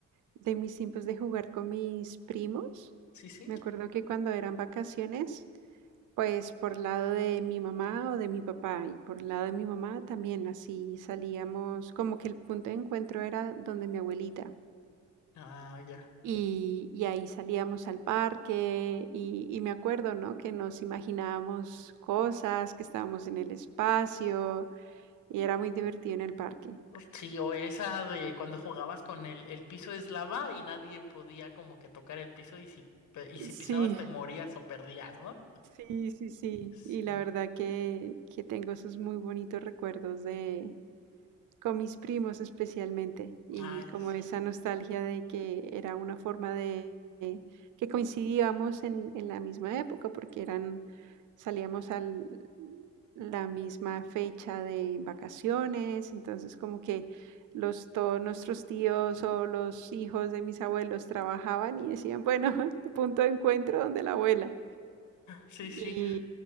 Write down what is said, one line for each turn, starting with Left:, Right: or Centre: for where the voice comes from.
Right: de mis tiempos de jugar con mis primos.
Left: Sí, sí.
Right: Me acuerdo que cuando eran vacaciones, pues por lado de mi mamá o de mi papá y por lado de mi mamá también así salíamos, como que el punto de encuentro era donde mi abuelita.
Left: Ah, ya.
Right: Y, y ahí salíamos al parque y, y me acuerdo, ¿no? Que nos imaginábamos cosas, que estábamos en el espacio. Y era muy divertido en el parque.
Left: Sí, o esa de cuando jugabas con el, el piso es lava y nadie podía como que tocar el piso y si, pe- y si
Right: Sí,
Left: pisabas te morías o perdías, ¿no?
Right: sí, sí, sí.
Left: Sí.
Right: Y la verdad que, que tengo esos muy bonitos recuerdos de, Con mis primos especialmente, y
Left: Ay,
Right: como
Left: sí.
Right: esa nostalgia de que era una forma de de que coincidíamos en en la misma época, porque eran salíamos al la misma fecha de vacaciones, entonces como que los todos nuestros tíos o los hijos de mis abuelos trabajaban y decían: "Bueno, <laughs> punto de encuentro donde la abuela".
Left: Sí, sí.
Right: Y